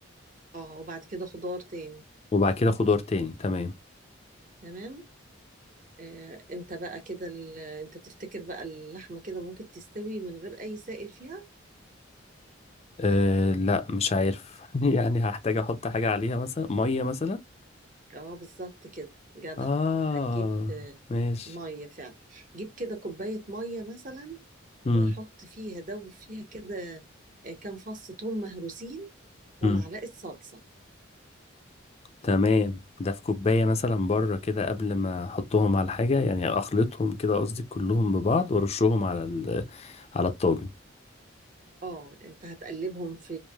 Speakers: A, on the right; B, on the left.
A: اه وبعد كده خضار تاني
B: وبعد كده خضار تاني تمام
A: تمام؟ آه، انت بقى كده ال- انت تفتكر بقى اللحمة كده ممكن تستوي من غير اي سائل فيها
B: آه لا مش عارف <laughs> يعني هحتاج احط حاجة عليها مثلا مية مثلا
A: اه بالظبط كده جدع
B: اه
A: هتجيب آه،
B: ماشي
A: مية فعلا جيب كده كوباية مية مثلا وحط
B: امم
A: فيها دوب فيها كده آه، كام فص ثوم مهروسين ومعلقة
B: امم
A: صلصة
B: تمام ده في كوباية مثلا بره كده قبل ما احطهم على حاجة يعني اخلطهم كده قصدي كلهم ببعض وارشهم على ال على الطاجن
A: اه انت هتقلبهم في